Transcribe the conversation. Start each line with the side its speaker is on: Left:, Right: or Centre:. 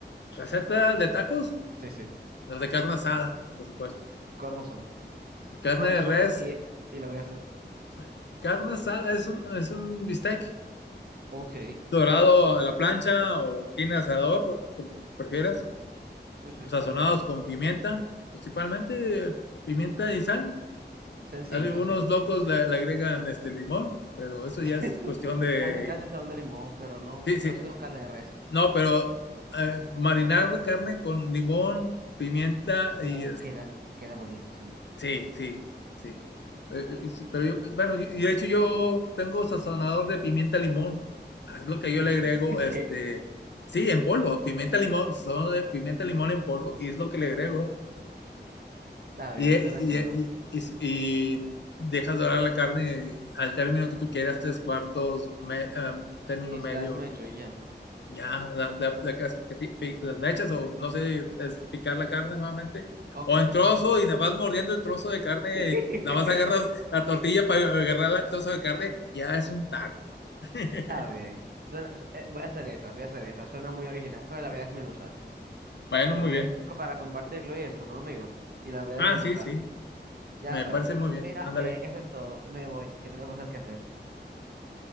Left: ¿receta de tacos?
Right: Sí, sí.
Left: Los de carne asada, por supuesto.
Right: ¿Cómo son?
Left: Y carne
Right: Cuéntamelo
Left: de res.
Right: y, y lo voy a hacer.
Left: eh, Carne asada es un, es un bistec
Right: Ok,
Left: dorado a la plancha o
Right: bien.
Left: tiene asador, como tú prefieras.
Right: Sí, sí,
Left: Sazonados
Right: sí, sí.
Left: con pimienta, principalmente eh, pimienta y sal.
Right: Sencillo,
Left: Algunos
Right: así.
Left: locos le, le agregan este limón, pero eso
Right: <laughs>
Left: ya es cuestión de...
Right: A mí me encanta el sabor de limón, pero no,
Left: Sí, sí,
Right: no sé con carne de res.
Left: No, pero eh, marinar la carne con limón, pimienta
Right: Uh,
Left: y es-
Right: quedan, queda buenísimo.
Left: sí, sí, sí. Eh, eh, sí, Pero yo, bueno, y y de hecho yo tengo sazonador de pimienta limón. Es lo que yo le agrego,
Right: <laughs>
Left: este,
Right: ¿Qué?
Left: sí, en polvo, pimienta limón, sazonador de pimienta limón en polvo y es lo que le agrego.
Right: Está
Left: Y,
Right: bien,
Left: y,
Right: será chulo.
Left: y, y, y dejas dorar la carne al término que tú quieras, tres cuartos, me- ah, término
Right: Y
Left: medio.
Right: si la desmecho y ya.
Left: Ya, la, la, la cas- que ti- pi- las mechas o no sé, es picar la carne nuevamente.
Right: Ok.
Left: O en trozo y nada más mordiendo el trozo de carne,
Right: <laughs> Está
Left: nada más agarras la tortilla para agarrar el trozo de carne, ya es un taco. <laughs>
Right: bien. Suena, su- eh, voy a hacer esa, voy a hacer esa. Suena muy original, pero la voy a desmenuzar.
Left: Bueno,
Right: Porque
Left: muy bien.
Right: es co- para compartirlo y eso con amigos. Y la voy a desmenuzar.
Left: Ah, sí, sí,
Right: Ya
Left: me
Right: sabes.
Left: parece muy bien.
Right: Mira,
Left: Ándale,
Right: eh, eso es todo. Me voy, que tengo cosas que hacer.